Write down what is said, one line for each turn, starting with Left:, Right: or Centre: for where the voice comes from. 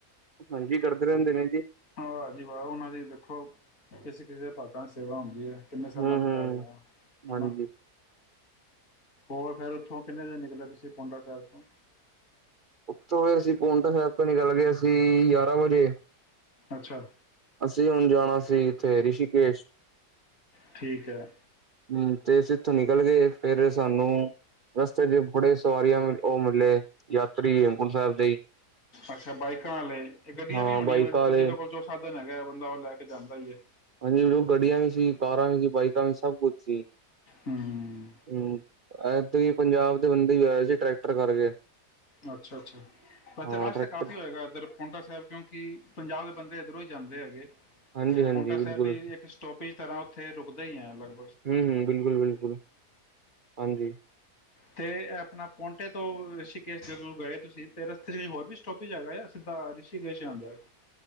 Right: ਹਾਂਜੀ ਕਰਦੇ ਰਹਿੰਦੇ ਨੇ ਜੀ।
Left: ਵਾਹ ਜੀ ਵਾਹ ਉਹਨਾਂ ਦੀ ਦੇਖੋ ਕਿਸੇ, ਕਿਸੇ ਦੇ ਭਾਗਾਂ ਦੀ ਸੇਵਾ ਹੁੰਦੀ ਹੈ। ਕਿੰਨੇ ਸਾਲਾਂ
Right: ਹੂੰ-ਹੂੰ
Left: ਤੋਂ ਕਰ ਰਿਹਾ ਹਨਾ।
Right: ਹਾਂਜੀ
Left: ਹੋਰ ਫੇਰ ਉੱਥੋਂ ਕਿੰਨੇ ਵਜੇ ਨਿਕਲੇ ਤੁਸੀਂ ਪੋਂਟਾ ਸਾਹਿਬ ਤੋਂ।
Right: ਉੱਥੋਂ ਫਿਰ ਅਸੀਂ ਪੋਂਟਾ ਸਾਹਿਬ ਤੋਂ ਨਿਕਲ ਤੇ ਅਸੀਂ ਯਾਰਾਂ ਵਜੇ।
Left: ਅੱਛਾ
Right: ਅਸੀਂ ਹੁਣ ਜਾਣਾ ਸੀ ਇੱਥੇ ਰਿਸ਼ਕੇਸ਼।
Left: ਠੀਕ ਹੈ
Right: ਹਮ ਤੇ ਅਸੀ ਇਥੋਂ ਨੀ ਨਿਕਲ ਗਏ ਫੇਿਰ ਸਾਨੂੰ ਰਸਤੇ ਚ ਬੜੇ ਸਵਾਰੀਆਂ ਉਹ ਮਿਲੇ ਯਾਤਰੀ ਹੇਮਕੁੰਟ ਸਾਹਿਬ ਦੇ ਹੀ
Left: ਅੱਛਾ ਬਾਈਕਾਂ ਵਾਲੇ ਗੱਡੀਆਂ
Right: ਹਾਂ
Left: ਵੀ ਹੋਣੀਆਂ
Right: ਬਾਈਕਾਂ
Left: ਵੈਸੇ ਤਾਂ
Right: ਆਲੇ
Left: ਜਦੋਂ ਕੋਲ ਨ ਗਿਆ ਬੰਦਾ ਉਹ ਲੈ ਕੇ ਜਾਂਦਾ ਈ ਹੈ
Right: ਹਾਂਜੀ ਗੱਡੀਆਂ ਵੀ ਸੀ ਕਾਰਾਂ ਵੀ ਸੀ ਬਾਈਕ ਦ ਸਭ ਕੁਛ ਸੀੀ
Left: ਹੂੰ
Right: ਹਮ ਅ ਤੁੂੰ ਪੰਜਾਬ ਦੇ ਬੰਦੇ ਵੀ ਆਏ ਸੀ ਟਰੈਕਟਰ ਕਰਕੇ
Left: ਅੱਛਾ ਅੱਛਾ ਅੱਛਾ
Right: ਹਾਂ
Left: ਰਸ਼
Right: ਟਰੈਕਟਰ
Left: ਤਾਂ ਕਾਫੀ ਹੋਏਗਾ ਇੱਧਰ ਪੋਂਟਾ ਸਾਹਿਬ ਕਿਉਂ ਕਿ ਪੰਜਾਬ ਦੇ ਬੰਦੇ ਇੱਧਰੋਂ ਹੀ ਜਾਂਦੇ ਹੈਗੇ
Right: ਹਾਂਜੀ
Left: ਤੇ
Right: ਹਾਂਜੀ
Left: ਪੋਂਟਾ
Right: ਬਿਲਕੁਲ
Left: ਸਾਹਿਬ ਵੀ ਇੱਕ ਸਟੋਪ ਤਰ੍ਹਾਂ ਉੱਥੇ ਰੁਕਦੇ ਹੀ ਲੱਗਦਾ
Right: ਹਮ ਹਮ ਬਿਲਕੁਲ ਬਿਲਕੁਲ ਹਾਂਜੀ
Left: ਤੇ ਆਪਣਾ ਪੋਂਟੇ ਤੋਂ ਰਿਸ਼ੀਕੇਸ਼ ਜਦੋਂ ਗਏ ਤੁਸੀਂ ਤੇ ਰਸਤੇ ਚ ਹੋਰ ਵੀ ਸਟੋਪੀਜ ਹੈਗਾ ਆ ਸਿੱਧਾ ਰਿਸ਼ੀਕੇਸ਼ ਜਾਂਉਦਾ ਹੈ